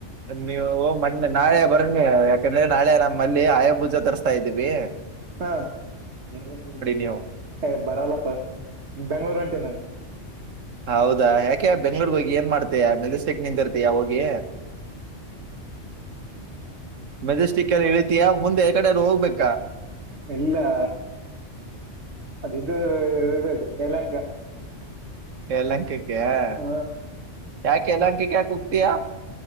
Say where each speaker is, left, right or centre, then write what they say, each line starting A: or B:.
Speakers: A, on the right; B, on the right.
A: ನೀವು ಮೊನ್ನೆ ನಾಳೆ ಬರೋನ್ನಿ ಯಾಕಂದ್ರೆ ನಾಳೆ ನಮ್ಮಲ್ಲಿ ಆಯಾಭೂಜ ತರ್ಸ್ತಾ ಇದ್ವಿ.
B: ಹಾ <inaudible>
A: ನೀವು
B: ಏ ಬರಲ್ಲಪ್ಪ <inaudible> ಬೆಂಗ್ಳೂರು ಹೊಂಟೀನ.
A: ಹೌದಾ ಯಾಕೆ ಬೆಂಗ್ಳೂರ್ಗ್ ಹೋಗಿ ಏನ್ ಮಾಡ್ತಯ ಮೆಜೆಸ್ಟಿಕ್ ನಿಂದ್ರ್ತಿಯ ಹೋಗಿ ಮೆಜೆಸ್ಟಿಕಲಿ ಇಳಿತೀಯ ಮುಂದೆ ಯಕ್ಕಡರ ಹೋಗ್ಬೇಕಾ.
B: ಇಲ್ಲಾ ಇದ ಇರ್ಬೇಕ ತೆಲಂಕಾ
A: ಯಲಂಕಿಕ <inaudible>
B: ಹಾ
A: ಯಾಕ ಯಲಂಕಿಕ ಯಾಕೆ ಹೋಗತಿಯಾ